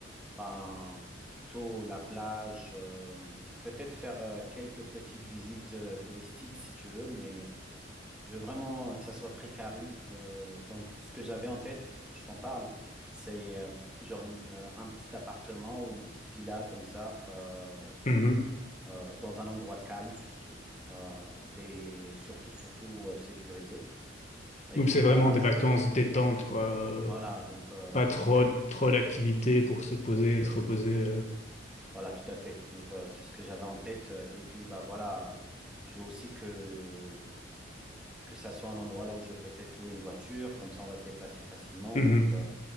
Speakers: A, in the centre; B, on the left (about 35°).
A: Ben, plutôt la plage, euh, peut-être faire euh, quelques petites visites euh, touristiques si tu veux, mais je veux vraiment euh, que ça soit très calme. Euh, donc, ce que j'avais en tête, je t'en parle, c'est euh, genre une, euh, un petit appartement ou une petite villa comme ça, euh,
B: Mhm.
A: euh, dans un endroit calme surtout, euh, et surtout, surtout euh, sécurisé. Et
B: Donc
A: puis,
B: c'est vraiment
A: bah,
B: des vacances détente, quoi. Euh,
A: voilà, donc euh,
B: pas
A: c'est
B: trop,
A: ce que,
B: trop d'activités pour se poser et se reposer. euh.
A: Voilà, tout à fait. Donc, euh, c'est ce que j'avais en tête. Euh, Et puis, bah voilà, je veux aussi que, euh, que ça soit un endroit là où je peux peut-être louer une voiture. Comme ça, on va se déplacer facilement.
B: Mhm.
A: Donc, euh,